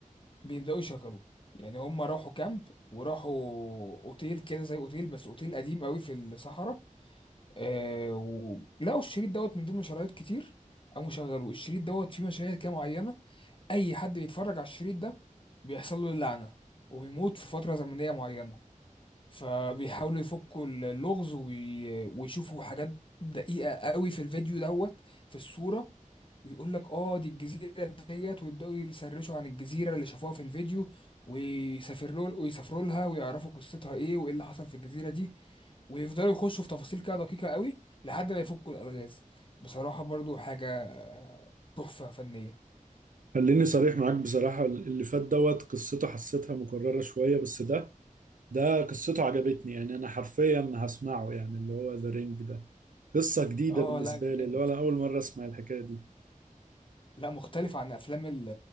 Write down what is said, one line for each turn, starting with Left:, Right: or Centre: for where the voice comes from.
Left: بيبدأوا يشغلوه يعني هما راحوا كامب وراحوا أوتيل كده زي أوتيل بس أوتيل قديم قوي في الصحراء آه ولقوا الشريط دوت من ضمن شرايط كتير قاموا شغلوه الشريط دوت فيه مشاهد كده معينة اي حد بيتفرج على الشريط ده بيحصل له اللعنه ويموت في فتره زمنيه معينه فبيحاولوا يفكوا اللغز وي... ويشوفوا حاجات دقيقه قوي في الفيديو دوت في الصوره ويقول لك اه دي الجزيره ديت ويبداوا يسرشوا عن الجزيره اللي شافوها في الفيديو ويسافروا ويسافروا لها ويعرفوا قصتها ايه وايه اللي حصل في الجزيره دي ويفضلوا يخشوا في تفاصيل كده دقيقه قوي لحد ما يفكوا الالغاز بصراحه برضو حاجه آه، تحفه فنيه
Right: خليني صريح معاك بصراحة اللي فات دوت قصته حسيتها مكررة شوية بس ده ده قصته عجبتني يعني أنا حرفيا هسمعه يعني اللي هو ذا رينج ده قصة جديدة
Left: اه
Right: بالنسبة
Left: لا جامد
Right: لي اللي هو أنا أول مرة أسمع الحكاية دي
Left: لا مختلف عن افلام ال-